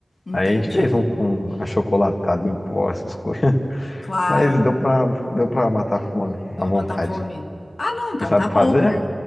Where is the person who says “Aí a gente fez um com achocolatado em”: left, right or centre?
Left